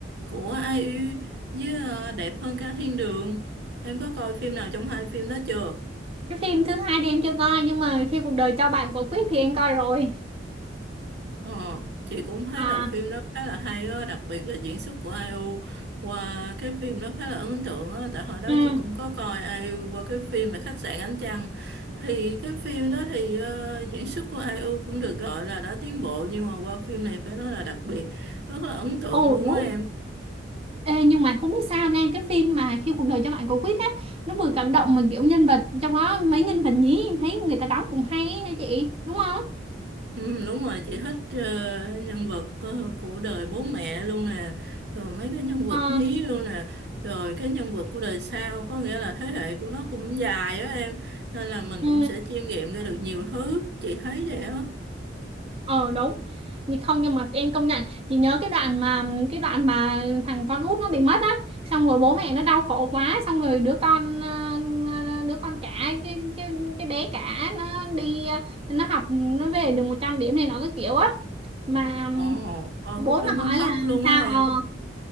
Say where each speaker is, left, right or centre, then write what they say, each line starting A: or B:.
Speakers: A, on the right; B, on the right.
A: của ai IU với ờ, Đẹp hơn cả thiên đường. Em có coi phim nào trong hai phim đó chưa?
B: cái phim thứ hai thì em chưa coi nhưng mà khi cuộc đời cho bạn quả quýt thì em coi rồi
A: Ờ, chị cũng thấy
B: à
A: là phim đó khá là hay á, đặc biệt là diễn xuất của ai IU qua cái phim đó khá là ấn tượng á, tại hồi đó
B: ừ
A: chị cũng có coi ai IU qua cái phim là Khách sạn Ánh Trăng. Thì cái phim đó thì ờ, diễn xuất của ai IU cũng được gọi là đã tiến bộ nhưng mà qua phim này phải nói là đặc biệt, rất là ấn tượng
B: ồ
A: luôn
B: đúng
A: á em.
B: Ê, nhưng mà không biết sao nha cái phim mà khi cuộc đời cho bạn quả quýt á nó vừa cảm động mà kiểu nhân vật trong đó mấy nhân vật nhí em thấy người ta đóng cũng hay ấy hả chị đúng không
A: Ừ, đúng rồi chị thích ờ, nhân vật ờ, của đời bố mẹ luôn nè rồi mấy cái nhân vật
B: ờ
A: nhí luôn nè rồi cái nhân vật của đời sau có nghĩa là thế hệ của nó cũng dài á em nên là mình
B: ừ
A: cũng sẽ chiêm nghiệm ra được nhiều thứ chị thấy vậy á
B: ờ đúng nhưng không nhưng mà em công nhận chị nhớ cái đoạn mà cái đoạn mà thằng con út nó bị mất á xong rồi bố mẹ nó đau khổ quá xong rồi đứa con ờ, ờ, đứa con cả cái cái cái bé cả nó đi ờ, nó học nó về được 100 điểm này nó cái kiểu á mà
A: ồ coi
B: bố
A: khúc đó
B: nó
A: muốn
B: hỏi
A: khóc
B: là
A: luôn
B: sao
A: á em
B: ờ